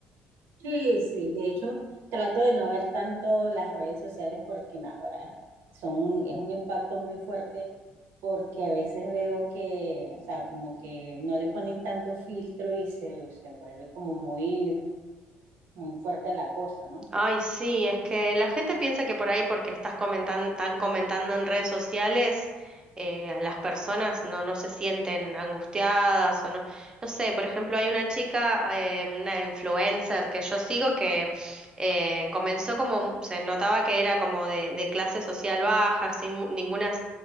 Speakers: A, on the right (about 80°); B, on the right (about 20°).
A: Sí, sí, de hecho, trato de no ver tanto las redes sociales porque no, ahora son un- es un impacto muy fuerte porque a veces veo que, o sea, como que no le ponen tanto filtro y se, se vuelve como muy, muy fuerte la cosa, ¿no?
B: Ay, sí, es que la gente piensa que por ahí porque estás comentando, están comentando en redes sociales, eh, las personas no, no se sienten angustiadas o no, no sé, por ejemplo, hay una chica, eh, una influencer que yo sigo que eh, comenzó como, se notaba que era como de, de clase social baja, sin mu- ninguna